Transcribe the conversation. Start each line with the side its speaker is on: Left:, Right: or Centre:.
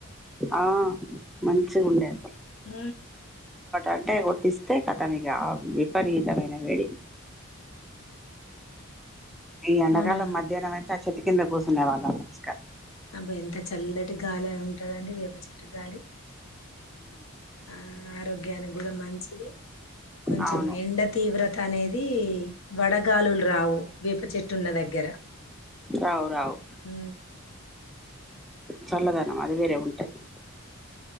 Centre: ఆ మంచి గుండె
Left: ఊ
Centre: అంటే కొట్టిస్తే ఖతం ఇంగ ఆ విపరీతమైన వేడి ఈ ఎండకాలం
Left: అవునా
Centre: మధ్యానం అయితే చెట్టు కింద కూసునే వాళ్ళం ఇంకా
Left: అబ ఎంత చల్లటి గాలి ఉంటదండి వేప చెట్టు గాలి ఆ ఆరోగ్యానికి కూడా మంచిది కొంచెం
Centre: అవును
Left: ఎండ తీవ్రత అనేద్ అది వడగాలులు రావు వేప చెట్టున్న దగ్గర
Centre: రావు రావు
Left: ఊ
Centre: చల్లద అది వేరే ఉంటది